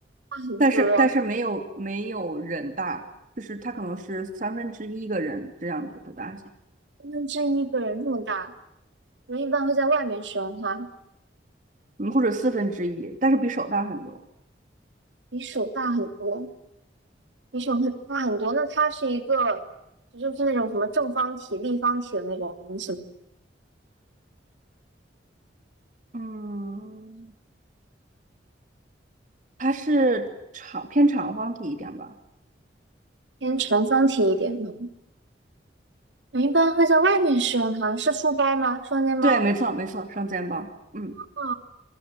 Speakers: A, on the right; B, on the right.
A: 很多？
B: 但是但是没有没有人大，就是它可能是三分之一个人这样子的大小。
A: 就真一个人这么大，人一般会在外面使用它，
B: 嗯，或者四分之一，但是比手大很多。
A: 比手大很多，比手很大很多。那它是一个，这就是那种什么正方体、立方体的那种东西吗，
B: 嗯，它是长偏长方体一点吧？
A: 偏长方体一点的。人一般会在外面使用它，是书包吗？双肩包
B: 对，没错，没错，双肩包。嗯
A: 啊，